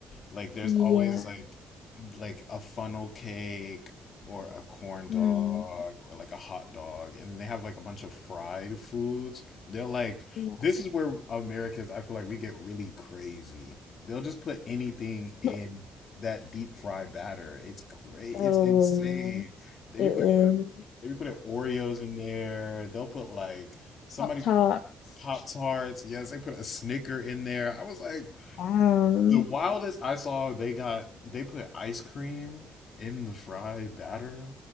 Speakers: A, on the left; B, on the left.
A: Like there's
B: Yeah.
A: always like like a funnel cake or a corn dog
B: Mm,
A: or like a hot dog and then they have like a bunch of fried foods they're like
B: yeah.
A: this is where americans i feel like we get really crazy they'll just put anything in
B: <laughs>
A: that deep fried batter it's cra- it's
B: Oh,
A: insane they
B: it
A: be putting
B: is
A: they be putting oreos in there they'll put like somebody
B: Pop Tarts.
A: pop tarts yes they put a snicker in there i was like
B: Wow.
A: the wildest I saw, they got they put ice cream in the fry batter